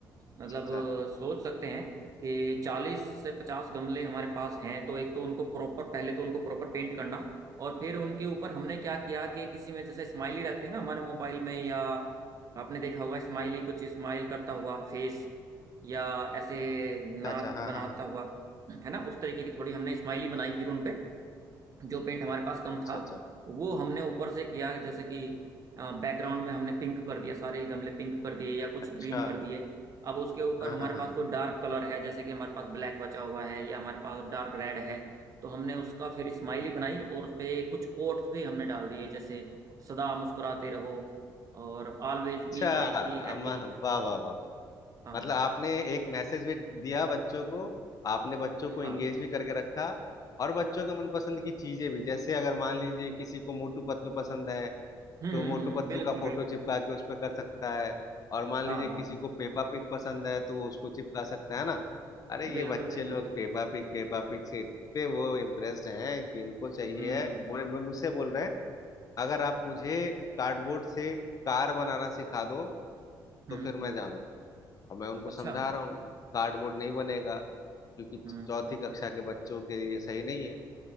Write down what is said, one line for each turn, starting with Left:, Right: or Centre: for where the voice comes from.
Right: मतलब
Left: अच्छा
Right: अ, सोच सकते हैं कि चालीस से पचास गमले हमारे पास हैं तो एक तो उनको प्रॉपर पहले तो उनको प्रॉपर पेंट करना और फिर उनके ऊपर हमने क्या किया कि किसी में जैसे स्माइली रहती है ना हमारे मोबाइल में या आपने देखा होगा स्माइली कुछ स्माइल करता हुआ फेस या ऐसे नाक
Left: अच्छा अच्छा अच्छा हाँ
Right: बनाता
Left: हाँ हाँ
Right: हुआ है ना उस तरीके की थोड़ी हमने स्माइली बनाई फिर उनपे जो पेंट हमारे पास कम
Left: अच्छा
Right: था
Left: अच्छा
Right: वो हमने ऊपर से किया जैसे कि बैकग्राउंड में हमने पिंक कर दिया सारे गमले पिंक कर दिए या कुछ
Left: अच्छा
Right: ग्रीन कर
Left: अच्छा,
Right: दिए अब उसके ऊपर
Left: हाँ
Right: हमारे
Left: हाँ हाँ
Right: पास
Left: हाँ
Right: कोई डार्क कलर है जैसे कि हमारे पास ब्लैक बचा हुआ है या हमारे पास डार्क रेड है तो हमने उसका फिर स्माइली बनाई और उस पे कुछ कोट्स भी हमने डाल दिए जैसे सदा मुस्कुराते रहो और ऑलवेज
Left: अच्छा
Right: बी बी हैप्पी
Left: अम्मा, वाह वाह वाह
Right: हाँ
Left: मतलब आपने एक मैसेज भी दिया बच्चों को आपने बच्चों को
Right: हाँ
Left: एंगेज भी करके रखा और बच्चों के मनपसंद की चीजें भी जैसे अगर मान लीजिए किसी को मोटू पतलू पसंद है
Right: हम्म
Left: तो मोटू पतलू
Right: बिल्कुल
Left: का फोटो
Right: बिल्कुल
Left: चिपका के उस पर कर सकता है और मान लीजिए
Right: हाँ हाँ
Left: किसी को पेपा पिग पसंद है तो वो उसको चिपका सकता है ना अरे ये
Right: बिल्कुल
Left: बच्चे
Right: बिल्कुल
Left: लोग
Right: बिल्कुल
Left: पेपा पिग पेपा पिग से इतने वो इम्प्रेस्ड हैं कि इनको चाहिए
Right: हम्म
Left: है बोले मैं- मुझसे बोल रहे हैं अगर आप मुझे कार्डबोर्ड से कार बनाना सिखा दो
Right: हम्म
Left: तो फिर मैं जानूंगा और मैं उनको
Right: अच्छा
Left: समझा रहा हूँ कार्डबोर्ड नहीं बनेगा क्योंकि
Right: हम्म
Left: चौथी कक्षा के बच्चों के लिए सही नहीं है